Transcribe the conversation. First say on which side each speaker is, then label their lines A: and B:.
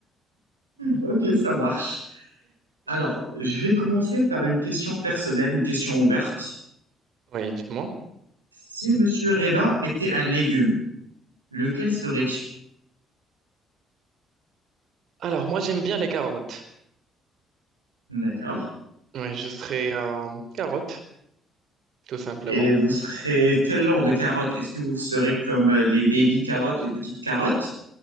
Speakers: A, on the right; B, on the right.
A: Ok, ça marche. Alors, je vais commencer par une question personnelle, une question ouverte.
B: Oui, dites-moi.
A: Si Monsieur Reda était un légume, lequel serais-tu?
B: Alors, moi j'aime bien les carottes.
A: D'accord.
B: Oui, je serais euh, carotte, tout simplement.
A: Et vous serez quel genre de carotte? Est-ce que vous serez comme euh, les baby carottes, les petites carottes?